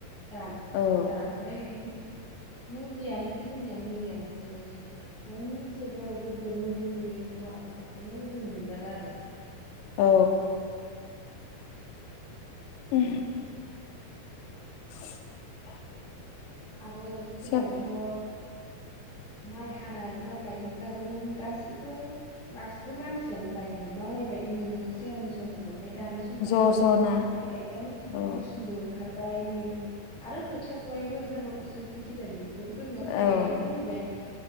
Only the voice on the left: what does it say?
औ
औ उह <inaudible>
सोब
ज'
ज' ना
औ
औ